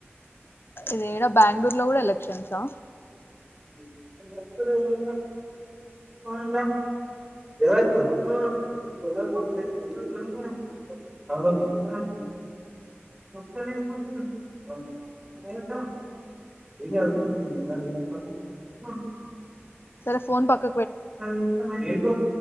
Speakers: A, on the left; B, on the right.
A: ఇదేడా బెంగళూరు లో కూడా ఎలక్ష సా
B: ఎ <unintelligible> <inaudible>
A: సరే ఫోన్ పక్క
B: సకో